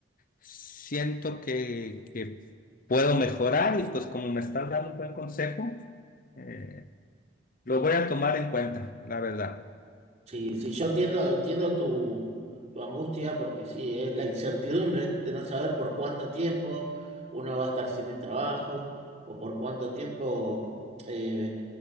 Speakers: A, on the left; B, on the right.
A: siento que, que puedo mejorar y pues como me estás dando un buen consejo. Eh, lo voy a tomar en cuenta, la verdad.
B: sí, sí, yo entiendo, entiendo tu, tu angustia, porque sí, es la incertidumbre de no saber por cuánto tiempo uno va a estar sin el trabajo, o por cuánto tiempo eh,